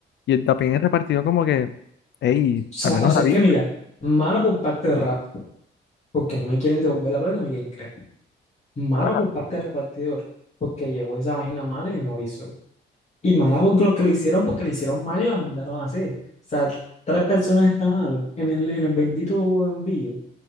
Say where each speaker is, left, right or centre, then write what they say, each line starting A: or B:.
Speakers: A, on the left; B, on the left.
A: Y el- también el repartido como que, hey,
B: sea,
A: al menos
B: o sea,
A: a
B: es
A: mí.
B: que mira, malo por parte de Rappi, porque no me quieren devolver la plata y me quieren creer. Malo
A: Ajá,
B: por parte del repartidor, porque llevó esa vaina mala y no avisó. Y mala porque los que le hicieron, porque le hicieron mal y la mandaron así. O sea, tres personas estaban en el, en el bendito envío.